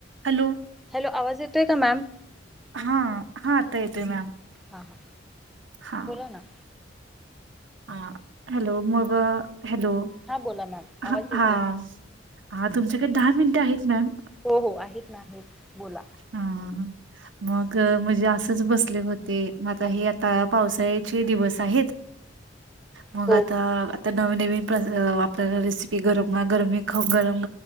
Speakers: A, on the right; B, in the centre.
A: Hello.
B: Hello आवाज येतोय का मॅम.
A: हा, हा आता येतोय मॅम.
B: हा हा
A: हा
B: बोला ना.
A: हा हॅलो मग. हॅलो
B: हा बोला मॅम
A: ह
B: आवाज येतोय
A: हा हा तुमच्याकडे दहा मिनिटे आहेत मॅम.
B: हो हो आहेत ना आहेत बोला.
A: हाहा हा. मग म्हणजे असंच बसले होते म आता हे आता पावसाळ्याचे दिवस आहेत. मग
B: हो
A: आता आता न. नवीन नवीन प्र आपल्याला रेसिपी गरम गरमी खा गरम